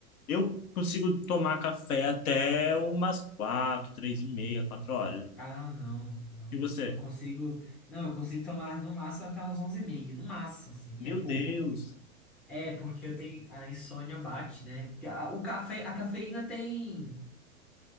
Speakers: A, on the left; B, in the centre.
A: eu consigo tomar café até umas quatro, três e meia, quatro horas.
B: Ah, não, não.
A: E você?
B: Eu consigo. Não, eu consigo tomar no máximo até umas onze e meia No máximo, assim,
A: Meu
B: e é pouco.
A: Deus.
B: É, porque eu tenho. A insônia bate, né? Porque a, o café, a cafeína tem.